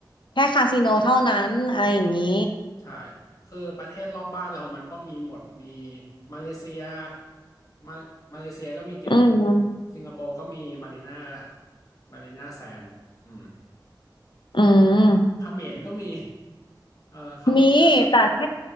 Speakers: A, on the left; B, on the left.
A: แค่คาสิโนเท่านั้นอะไรอย่างนี้
B: ใช่ คือประเทศรอบบ้านเรามันก็มีหมด มีมาเลเซียมามาเลเซียก็มีเกนติ้ง
A: อืม
B: สิงคโปร์ก็มีมารีนามารีนาแซนด์อืม
A: อืม
B: เขมรก็มีเออเขมรก็
A: มีแต่แค่